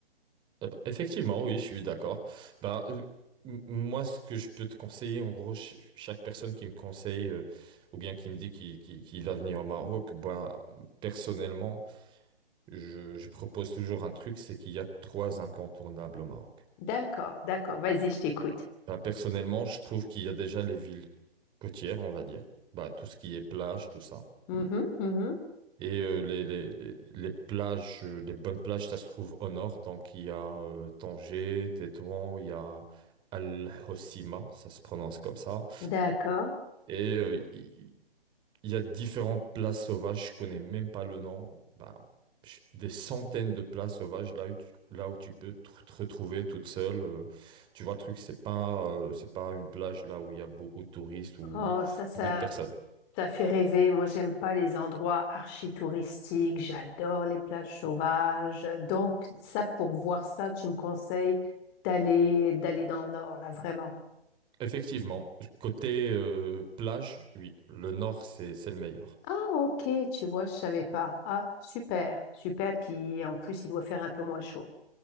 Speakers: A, on the right; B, on the left.
A: Ah bah, Effectivement, oui, je suis d'accord. Bah, euh, m- moi, ce que je peux te conseiller, en gros, ch- chaque personne qui me conseille euh, ou bien qui me dit qu'il qu'il- qu'il va venir au Maroc, bah, personnellement, je, je propose toujours un truc, c'est qu'il y a trois incontournables au Maroc.
B: D'accord, d'accord, vas-y, je t'écoute.
A: Bah, personnellement, je trouve qu'il y a déjà les villes côtières, on va dire. Bah, tout ce qui est plage, tout ça.
B: Mhm, mhm.
A: Et euh, les, les, les- les plages, euh, les bonnes plages, ça se trouve au nord. Donc, il y a euh, Tanger, Tétouan, il y a Al-Hossima, ça se prononce comme ça.
B: D'accord.
A: Et euh, il il y, a différentes places sauvages, je connais même pas le nom. Bah, je- des centaines de places sauvages là où tu, là où tu peux te te retrouver toute seule. euh. tu vois, le truc, c'est pas, euh, c'est pas une plage là où il y a beaucoup de touristes ou
B: Oh, ça, ça,
A: beaucoup de personnes.
B: ça fait rêver. Moi, j'aime pas les endroits archi-touristiques. J'adore les plages sauvages. Donc, ça, pour voir ça, tu me conseilles d'aller, d'aller dans le nord, là, vraiment.
A: Effectivement, côté euh, plage, oui, le nord, c'est c'est le meilleur.
B: Ah, ok, tu vois, je savais pas. Ah, super, super. Puis en plus, il doit faire un peu moins chaud.